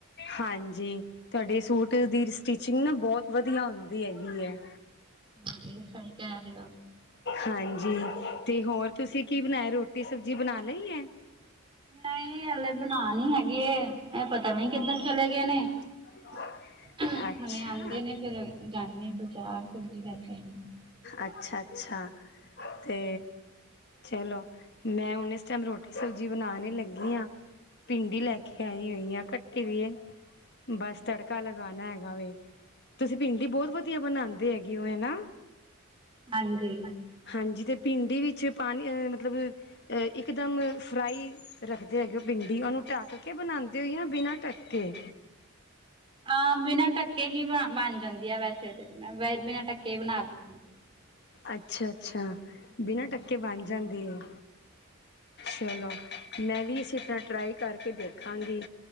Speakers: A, on the left; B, on the right.
A: ਹਾਂਜੀ ਤੁਹਾਡੇ ਸੂਟ ਦੀ ਸਟਿਚਿੰਗ ਨਾ ਬਹੁਤ ਵਧੀਆ ਹੁੰਦੀ ਹੈਗੀ ਹੈ।
B: ਹਾਂ, ਸਹੀ ਕਹਿ ਰਹੇ ਹੋ।
A: ਹਾਂਜੀ--ਤੇ ਹੋਰ ਤੁਸੀਂ ਕੀ ਬਨਾਇਆ। ਰੋਟੀ, ਸਬਜ਼ੀ ਬਨਾ ਲਈ ਹੈ।
B: ਨ‌ਈ ਹਲੇ ਬਣਾ ਨੀ ਹੈਗੇ ਇਹ ਪਤਾ ਨੀ ਕਿੱਧਰ ਚਲੇ ਗਏ ਨੇ
A: <inaudible>
B: ਹੁਨੇ
A: ਅੱਛਾ
B: ਆਂਦੇ ਨੇ ਫੇਰ ਜਾਨੇ ਬਜ਼ਾਰ। ਸਬਜ਼ੀ ਲੈ ਕੇ ਆਨੀ
A: ਅੱਛਾ, ਅੱਛਾ ਤੇ ਚਲੋ, ਮੈਂ ਹੁਨ ਇਸ ਟਾਈਮ ਰੋਟੀ ਸਬਜ਼ੀ ਬਨਾਨ ਈ ਲੱਗੀ ਆਂ। ਪਿੰਡੀ ਲੈ ਕੇ ਆਈ ਹੋਈ ਆ ਕ <unintelligible> ਬਸ, ਤੜਕਾ ਲਗਾਨਾ ਹੈਗਾ ਵੇ। ਤੁਸੀਂ ਭਿੰਡੀ ਬਹੁਤ ਵਧੀਆ ਬਨਾਨ ਤੇ ਹੈਗੀ ਹੋ‌ਏ ਹੈ ਨਾ
B: ਹਾਂਜੀ
A: ਹਾਂਜੀ ਤੇ ਭਿੰਡੀ ਵਿੱਚ ਪਾਨੀ ਅ ਮਤਲਬ। ਇੱਕਦਮ ਫਰਾਈ ਰੱਖਦੇ ਹੈਗੇ ਓ ਭਿੰਡੀ ਉਨੂੰ ਢੱਕ ਕੇ ਬਨਾਦੇ ਹੋਏ ਯਾ ਬਿਨਾਂ ਟੱਕ ਕੇ।
B: ਹਾਂ, ਬਿਨਾਂ ਟੱਕਕੇ ਹੀ ਬਨ ਜਾਂਦੀ ਆ, ਵੈਸੇ ਤੇੈ ਬਿਨਾਂ ਟੱਕਕੇ ਹੀ ਬਨਾ ਲੈਂਦੇ।
A: ਅੱਛਾ-ਅੱਛਾ।
B: ਹੂੰ,
A: ਬਿਨਾਂ ਟੱਕਕੇ ਬਣ ਜਾਂਦੇ ਐ। ਚਲੋ, ਮੈਂ ਵੀ ਇਸੇ ਤਰ੍ਹਾਂ ਟਰਾਈ ਕਰਕੇ ਦੇਖਾਂਗੀ।